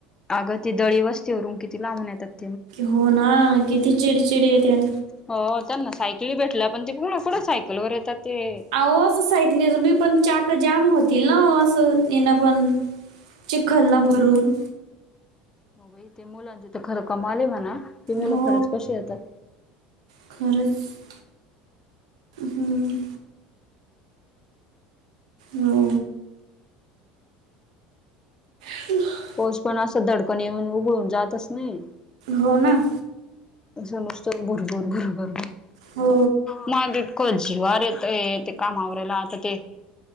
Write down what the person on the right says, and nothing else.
हो ना किती चिडचिडी ये त्या.
आ ओ असं सायकली मी पण चाक जाम होतील ना अस येन पण चिखलन भरून.
हो
खरचं. हम्म हो <inaudible>
हो ना.
हो